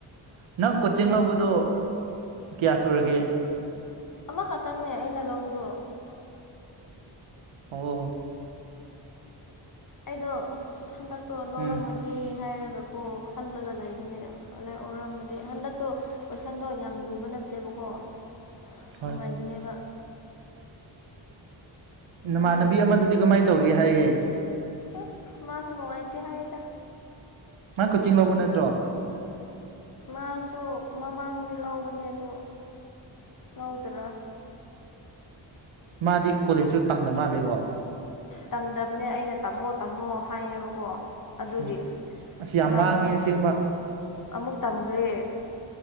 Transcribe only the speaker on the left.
ꯑꯃꯈꯛꯇꯪꯅꯦ ꯑꯩꯅ ꯂꯧꯕꯗꯣ
ꯑꯩꯗꯣ ꯍꯟꯗꯛꯇꯣ ꯂꯧꯔꯝꯃꯗꯤ
ꯍꯥꯏꯔꯒ ꯀꯣ ꯈꯜꯂꯒ ꯂꯩꯕꯅꯦ ꯑꯗꯨꯥꯏ ꯑꯣꯏꯔꯝꯕꯗꯤ ꯍꯟꯗꯛꯇꯣ ꯀꯣꯏꯁꯟꯗꯣ ꯌꯥꯝ ꯂꯨꯕ ꯅꯠꯇꯦꯕꯀꯣ ꯑꯣ
ꯅꯨꯡꯉꯥꯏꯕꯅꯦꯕ
ꯑꯗꯨꯒ
ꯑꯁ ꯃꯥꯁꯨꯅꯣꯉ ꯏꯇ ꯍꯥꯏꯗ
ꯃꯥꯁꯨ ꯃꯃꯥꯡꯗꯤ ꯂꯧꯕꯅꯦ ꯑꯗꯣ ꯂꯧꯎꯗꯔꯥ
ꯇꯝꯗꯕꯅꯦ ꯑꯩꯅ ꯇꯝꯃꯣ ꯇꯝꯃꯣ ꯍꯥꯏꯌꯦꯕꯀꯣ ꯑꯗꯨꯒꯤ
ꯃꯥꯗꯣ
ꯑꯃꯨꯛ ꯇꯝꯈ꯭ꯔꯦ